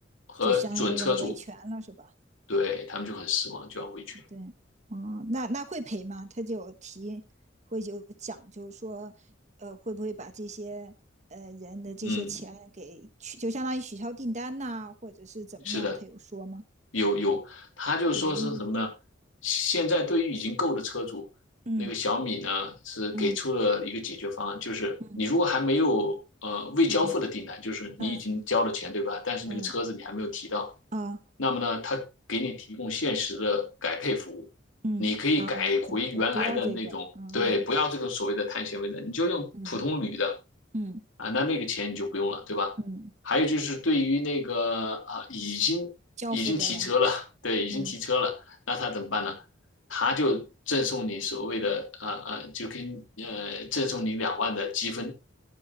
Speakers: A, on the left; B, on the right.
A: 和准车主，
B: 就相当于要维权了，是吧？
A: 对，他们就很失望，就要维权。
B: 对，嗯，那那会赔吗？他就有提，会有讲，就是说，呃，会不会把这些呃人的这些钱给取，
A: 嗯，
B: 就相当于取消订单呐、啊或者是怎么样？
A: 是的。
B: 他有说吗？
A: 有有，他就是说是什么呢？
B: 嗯
A: 现在对于已经购的车主，
B: 嗯
A: 那个小米呢是给出了一个解决方案，
B: 嗯
A: 就是你如果还没有呃未交付的订单，
B: 嗯嗯
A: 就是你已经交了钱对吧？
B: 嗯
A: 但是那个车子你还没有提到，
B: 嗯啊
A: 那么呢，他给你提供限时的改配服务，
B: 嗯啊，
A: 你可以改回原来的那种，
B: 就不不要这个，嗯
A: 对，不要这个所谓的碳纤维的，你就用普通铝的
B: 嗯嗯
A: 啊，那那个钱你就不用了，对吧？
B: 嗯，
A: 还有就是对于那个啊，已经已经提车了，
B: 交付得了，
A: <laughs> 对，已经提车了，
B: 嗯。
A: 那他怎么办呢？他就赠送你所谓的啊啊，就跟呃赠送你两万的积分，